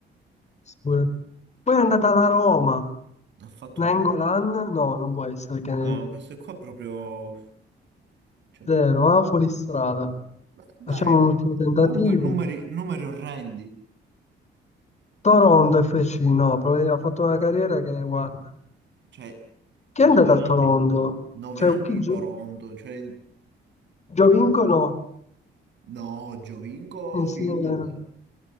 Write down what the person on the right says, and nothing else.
Ne Ha fatto
due.
No, questo qua è proprio... cioè,
Ma Dai,
ma
comunque numeri, numeri orrendi,
cioè
9
anni, nove
anni
di
Toronto, cioè
no, Giovinco,
Juve.